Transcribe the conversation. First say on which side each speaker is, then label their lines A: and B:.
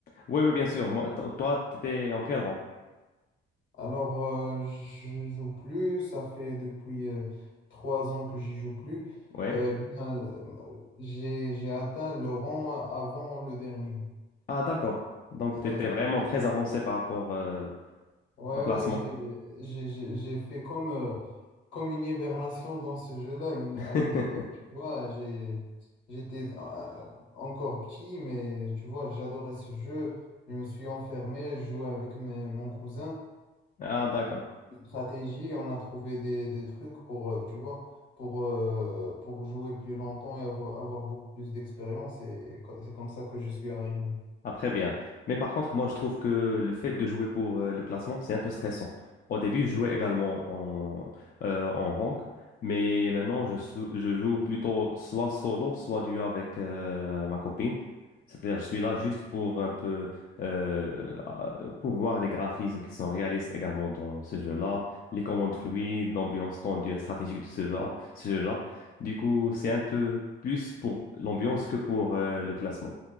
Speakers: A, on the left; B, on the left.
A: Oui, oui, bien sûr. Moi, to- toi, t'étais encadrant.
B: Alors, euh, je joue plus. Ça fait depuis euh, trois ans que j'y joue plus.
A: Oui.
B: Euh, bien, euh, j'ai, j'ai atteint le rang avant le dernier.
A: Ah, d'accord. Donc,
B: Ça,
A: t'étais
B: ça,
A: vraiment
B: s'appelle
A: très avancé par rapport euh,
B: Ouais,
A: au classement.
B: ouais, j'ai j'ai- j'ai- j'ai fait comme, euh, comme une hibernation dans ce jeu-là une-
A: <laughs>
B: à une époque, tu vois, j'ai, j'étais euh, encore petit, mais tu vois, j'adorais ce jeu. Je me suis enfermé, je jouais avec mes- mon cousin.
A: Ah, d'accord.
B: Stratégie, on a trouvé des, des trucs pour, euh, tu vois, pour, euh, pour jouer plus longtemps et avo- avoir, beaucoup plus d'expérience. Et co- c'est comme ça que je suis arrivé.
A: Ah, très bien. Mais par contre, moi, je trouve que le fait de jouer pour euh, le classement, c'est un peu stressant. Au début, je jouais également en, euh, en rank, mais maintenant, je, sou- je joue plutôt soit solo, soit duo avec euh, ma copine. C'est-à-dire, je suis là juste pour un peu euh, euh, pour voir les graphismes qui sont réalistes également dans ce jeu-là, les commandes fluides, l'ambiance tendue et stratégique de ce jeu-là, ce jeu-là. Du coup, c'est un peu plus pour l'ambiance que pour euh, le classement,